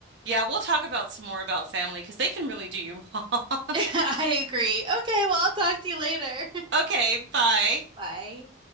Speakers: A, on the right (about 55°); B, on the right (about 25°).
A: yeah, we'll talk about some more about family because they can really do you wrong. <laughs>
B: <laughs> I agree. Okay, well, I'll talk to you later. <laughs>
A: Okay, bye.
B: Bye.